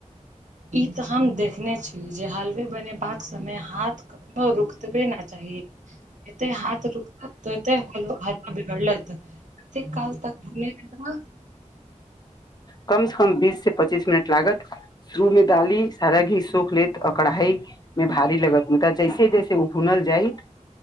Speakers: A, on the right (about 70°); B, on the left (about 30°).
A: ई तऽ हम देखने छी जे हालवे बनेबाक समय हाथ कखनो रुकतबे ना चाहि कते हाथ रुक तै हल हलव बिगड़लत काल त <unintelligible>
B: कम से कम बीस से पच्चीस मिनट लागत शुरू मे डाली सारा घी सोख लेत कढ़ाई मे भारी लागत मुदा जैसे जैसे ओ भुनल जाइत